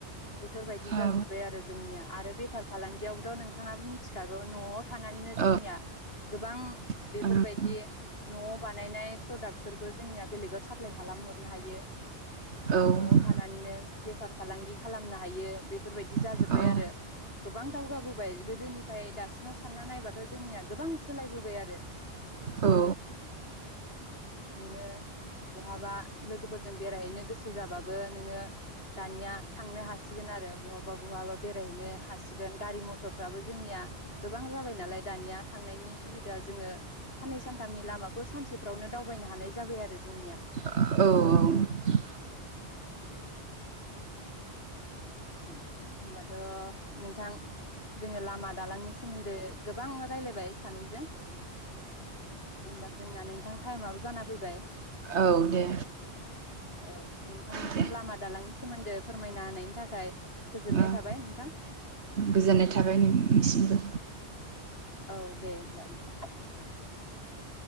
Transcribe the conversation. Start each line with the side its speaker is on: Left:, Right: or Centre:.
Left: बेफोरबायदि
Right: औ
Left: जाजोब्बाय आरो जोंनिया आरो बेफार फालांगियावबोथ' नोंथांङाबो मि मिथिखागौ न'आव थानानैनो
Right: औ
Left: जोंनिया
Right: औ
Left: गोबां
Right: औ
Left: बेफोरबायदि
Right: उम
Left: न'आव बानायनाय प्रडाक्टफोरखौ जोंनिया बेलेगाव साप्लाय खालामहरनो हायो।
Right: ओं
Left: न'आव
Right: औ
Left: थानानैनो बेफार फालांगि खालामनो हायो बेफोरबायदि जाजोब्बाय
Right: औ
Left: आरो। गोब बां दावगाबोबाय गोदोनिफ्राय दास थाव सानना नायबाथ' जोंनिया गोबां सोलायबोबाय आरो।
Right: औ
Left: नोंङो बहाबा लोगोफोरजों बेरायहैनो गोसो जाबाबो नोंङो दानिया थांनो हासिगोन आरो बहाबा बहाबा बेरायहैनो हासिगोन गारि मथरफ्राबो जोंनिया गोबां जाबाय नालाय दानिया थांनायनि सुबिदा जोंङो साननै सानथामनि लामाखौ सानसेफ्रावनो दावबायनो हानाय जाबाय आरो। जोंनिया
Right: औ औ
Left: होम होमबाथ' नोंथां जोंङो लामा दालांनि सोमोन्दो गोबां रायज्लायबाय सानैजों होमबा जोंना नोंथां टाइमाबो जाना फैबाय
Right: औ दे
Left: औ नोंथांनिसिम
Right: दे
Left: लामा दालांनि सोमोन्दै फोरमायना होनायनि थाखाय गोजोननाय
Right: ओं
Left: थाबाय नोंथां।
Right: गोजोननाय
Left: औ
Right: थाबाय नोंथांनिसिमबो।
Left: दे औ दे होमबा नोंथां।